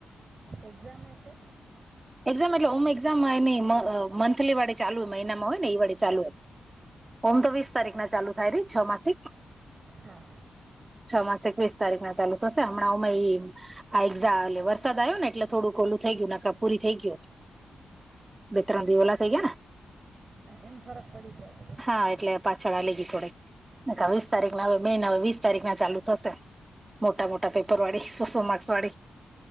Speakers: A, on the right; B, on the right.
A: એઝામ છે.
B: એક્ઝામ એટલે ઓમ એક્ઝામ એની મંથલી વાડે ચાલુ હોય મહિનામાં હોય ને એઈ વડે ચાલુ હોય. હોમ તો વીસ તારીખ ના ચાલુ થાય ર છ માસિક.
A: હા
B: છ માસ એકવીસ તારીખ ના ચાલુ થશે હમણાંઓમાં એ. આ એઝા એટલે વરસાદ આવ્યો ને એટલે થોડું ઓલું થઈ ગયું નખા પૂરી થઈ ગયું. બે-ત્રણ દીવાલા થઈ ગયાને.
A: એમ ફરક પડી જ આપ.
B: હા એટલે પાછળ લ ગઈ થોડીક વીસ તારીખ ના હવે મે ના હવે વીસ તારીખ ના ચાલુ થશે. મોટા મોટા પેપર વાળી સોસો માર્ક્સ વાળી.